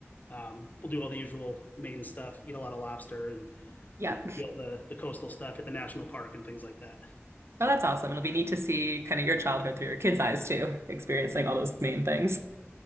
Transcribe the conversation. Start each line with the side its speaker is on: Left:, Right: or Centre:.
Left: um, we'll do all the usual Maine stuff, eat a lot of lobster, and
Right: Yeah.
Left: you know, see all the the coastal stuff, hit the national park and things like that. So
Right: Well, that's awesome. It'll be neat to see kind of your childhood through your kids' eyes too, experiencing all those main things.